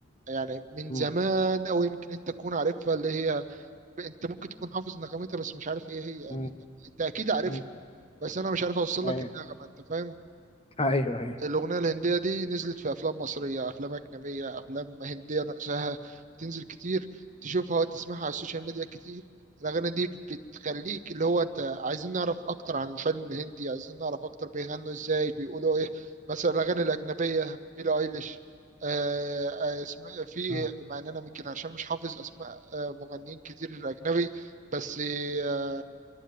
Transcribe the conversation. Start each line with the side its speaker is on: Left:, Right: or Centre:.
Right: يعني من
Left: مم،
Right: زمان او يمكن انت تكون عارفها اللي هي انت ممكن تكون حافظ نغمتها بس مش عارف ايه هي يعني
Left: مم،
Right: انت أنت اكيد عارفها
Left: مم.
Right: بس انا مش عارف اوصل
Left: ايوه
Right: لك النغمه انت فاهم
Left: <laughs> ايوه ايوه
Right: الأغنية الهندية دي نزلت في أفلام مصرية أفلام أجنبية أفلام هندية نفسها بتنزل كتير تشوفها وتسمعها على السوشيال ميديا كتير الأغاني دي بتخليك اللي هو أنت عايزين نعرف أكتر عن الفن الهندي عايزين نعرف أكتر بيغنوا إزاي بيقولوا إيه مثلا الأغاني الأجنبية بيلي أيليش آه، آه، اسم- في
Left: آه.
Right: مع إن أنا يمكن عشان مش حافظ أسماء آه، مغنيين كتير أجنبي بس آه،